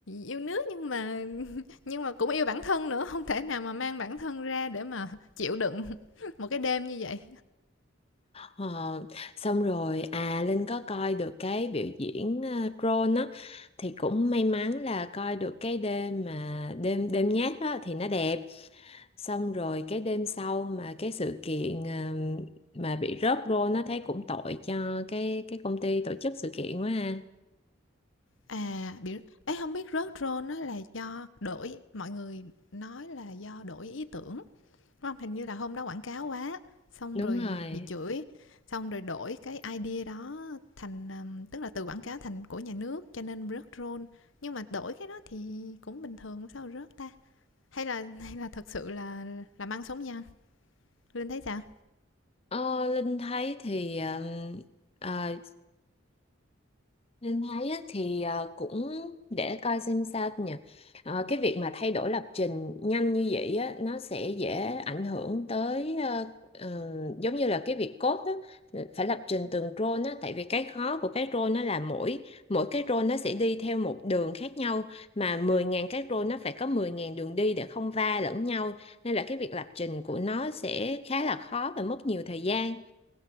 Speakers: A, on the left; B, on the left.
A: yêu nước nhưng mà <laughs> nhưng mà cũng yêu bản thân nữa, không thể nào mà mang bản thân ra để mà chịu đựng. Một cái đêm như vậy.
B: Ờ, xong rồi à Linh có coi được cái biểu diễn uh, drone á thì cũng may mắn là coi được cái đêm mà đêm đêm nhát đó thì nó đẹp xong rồi cái đêm sau mà cái sự kiện ờ, mà bị rớt drone nó thấy cũng tội cho cái cái công ty tổ chức sự kiện quá ha.
A: À, bị ấy không biết rớt role á là do đổi mọi người nói là do đổi ý tưởng, đúng không Hình như là hôm đó quảng cáo quá, xong
B: Đúng
A: rồi
B: rồi.
A: bị chửi, xong rồi đổi cái idea đó thành, tức là từ quảng cáo thành của nhà nước cho nên rớt role. Nhưng mà đổi cái đó thì cũng bình thường, sao rớt ta? Hay là <laughs> hay là thực sự là làm ăn sống nhăng? Linh thấy sao?
B: Ờ, Linh thấy thì ờ, ờ, Linh thấy á, thì ờ, cũng để coi xem sao nhỉ. Ờ, cái việc mà thay đổi lập trình nhanh như vậy á, nó sẽ dễ ảnh hưởng tới ờ, ờ, giống như là cái việc code á, phải lập trình từng role á, tại vì cái khó của cái role nó là mỗi mỗi cái role nó sẽ đi theo một đường khác nhau mà mười 000 cái role nó phải có mười 000 đường đi để không va lẫn nhau nên là cái việc lập trình của nó sẽ khá là khó và mất nhiều thời gian